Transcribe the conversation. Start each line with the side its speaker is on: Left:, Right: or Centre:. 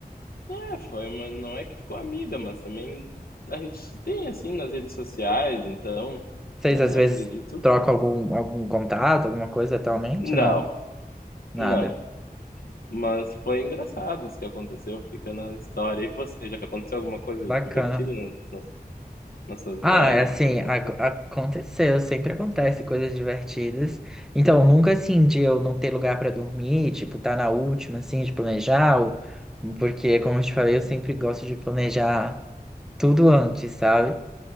Left: É, foi uma não é que ficou amiga, mas também a gente se tem, assim, nas redes sociais, então,
Centre: Vocês
Left: eh,
Centre: às vezes
Left: acredito
Centre: trocam
Left: que
Centre: algum, algum contato, alguma coisa atualmente?
Left: não,
Centre: Não, nada.
Left: não. Mas foi engraçado isso que aconteceu, fica na história. E você, já aconteceu alguma coisa
Centre: Bacana.
Left: divertida nas nas nessas viagens?
Centre: Ah, é assim,
Left: Alguma
Centre: ac-
Left: coisa?
Centre: aconteceu, sempre acontece coisas divertidas. Então, nunca assim de eu não ter lugar pra dormir, tipo, tá na última, assim, de planejar, ou- porque, como eu te falei, eu sempre gosto de planejar tudo antes, sabe?